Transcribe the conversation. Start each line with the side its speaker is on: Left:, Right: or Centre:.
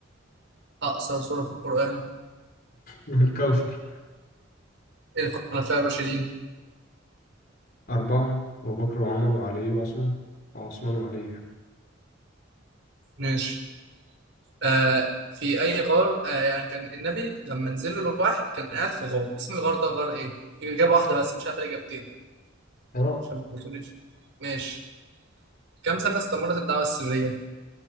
Right: اقصر سوره في القران
Left: <laughs> الكوثر
Right: الخلفاء الراشدين
Left: أربعة أبو بكر وعمر وعلي وعثمان وعثمان وعلي
Right: ماشي آه في اي غار آه يعني كان النبي لما نزل له الوحي كان قاعد في غار اسم الغار ده غار ايه اجابه واحده بس مش هقبل اجابتين
Left: قراءة
Right: عشان ما تقوليش ماشي كم سنه استمرت الدعوه السريه